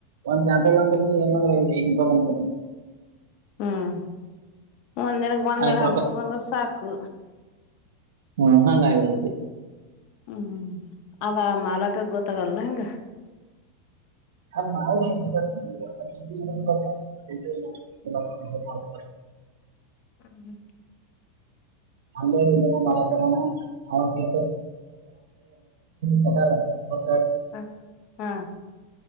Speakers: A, on the right; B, on the left.
A: ಒಂದ್ ಸ್ಯಾಂಪಲ್ ಅಂದ್ರ ನೀ ಎಲ್ಲಂದ್ರ ಇ ಐದು ಬಂದ
B: ಹ್ಮ್ ಒಂದಂದಿನಕ್ಕೆ ಬಂದಾರ
A: ಆಯ್ತ್
B: ಹಂತ ಬಂದ್ರ ಸಾಕು
A: ಹ್ಮ ಹಾಂಗ ಇವ
B: ಹ್ಮ್ ಅವ ಮಾಲಕಗ್ ಗೊತ್ತಾಗಲ್ನ ಹಂಗ
A: ಅಲ್ಲ ನ ಅ <unintelligible>
B: ಹ್ಮ ಹ್ಮ್ <inaudible>
A: ಅ ಇ ಮಲಕ ಮಾನ ಬೆ ಕ ಬ
B: ಹ ಹಾ